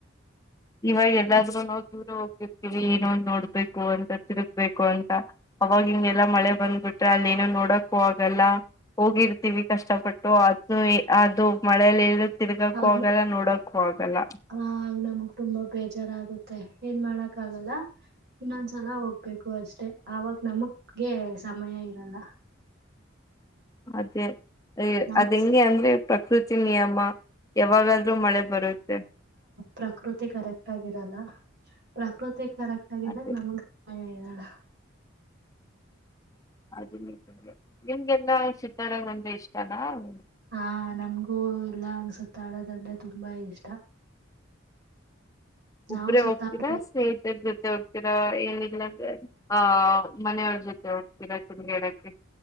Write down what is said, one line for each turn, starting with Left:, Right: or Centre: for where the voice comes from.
Left: ಇವಾಗ ಎಲ್ಲಾದ್ರೂ ನಾವು ದೂರ ಹೋಗಿರ್ತೀವಿ ಏನೋಂದು ನೋಡ್ಬೇಕು ಅಂತ ತಿರುಗ್ಬೇಕು ಅಂತ ಅವಾಗ ಹಿಂಗೆಲ್ಲಾ ಮಳೆ ಬಂದ್ಬಿಟ್ರೆ ಅಲ್ಲಿ ಏನೋ ನೋಡಕ್ಕೂ ಆಗಲ್ಲ ಹೋಗಿರ್ತೀವಿ ಕಷ್ಟಪಟ್ಟು ಅದ ಅದು ಮಳೆಯಲ್ಲಿ ಇಲ್ ತಿರ್ಗಕ್ಕೂ
Right: ಆಗ್ಲ
Left: ಆಗಲ್ಲ ನೋಡಕ್ಕೂ ಆಗಲ್ಲ
Right: ಆಗ ನಮಗ್ ತುಂಬಾ ಬೇಜಾರಾಗುತ್ತೆ ಏನ್ ಮಾಡಕ್ ಆಗಲ್ಲ ಇನ್ನೊಂದ್ಸಲ ಹೋಗ್ ಬೇಕು ಅಷ್ಟೆ ಅವಾಗ ನಮಗ್ಗೆ ಸಮಯ ಇರಲ್ಲ
Left: ಅದೇ
Right: ನಮ್
Left: ಅದ ಹೆಂಗೆ ಅಂದ್ರೆ ಪ್ರಕೃತಿ ನಿಯಮ ಯಾವಾಗಾದ್ರೂ ಮಳೆ ಬರುತ್ತೆ
Right: ಪ್ರಕೃತಿ ಕರೆಕ್ಟ್ ಆಗಿರಲ್ಲ ಪ್ರಕೃತಿ ಕರೆಕ್ಟ್ ಆಗಿದಾಗ
Left: ಅದೇ
Right: ನಮಗ್ ಸಮಯ ಇರಲ್ಲ
Left: ಅದ ನಿತ ನಿಮ್ಗೆಲ್ಲಾ ಶೀತಾಡದ ಅಂದ್ರೆ ಇಷ್ಟ ಅಲ್ಲ
Right: ಹಾ ನಮ್ಗೂ ಎಲ್ಲಾ ಹಂಗ ಸುತ್ತಾಡೋದಂದ್ರೆ ತುಂಬಾ ಇಷ್ಟ
Left: ಒಬ್ರೇ
Right: ನಾವು ಸುತ್ತಾಡ
Left: ಹೋಗ್ತೀರಾ ಸ್ನೇಹಿತರ ಜೊತೆ ಹೋಗ್ತೀರಾ ಏನ ಇಲ್ಲಂದ್ರೆ ಆ ಮನೆಯವ್ರ ಜೊತೆ ಹೋಗ್ತೀರಾ ತಿನ್ನಗೇಡಕ್ಕೆ